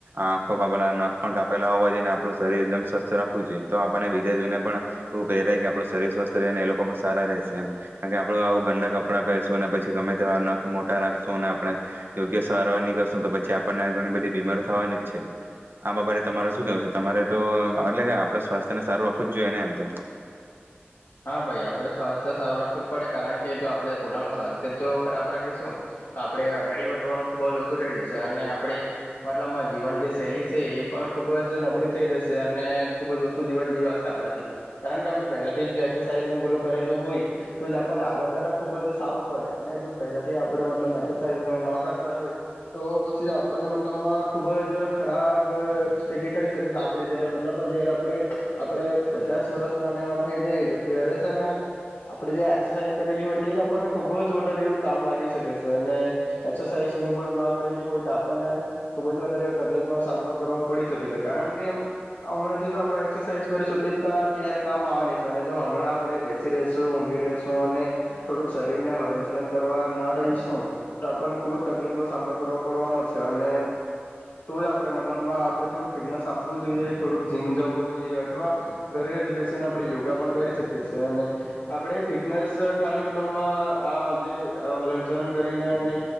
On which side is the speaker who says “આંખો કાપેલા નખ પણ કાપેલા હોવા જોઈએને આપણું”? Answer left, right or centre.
Right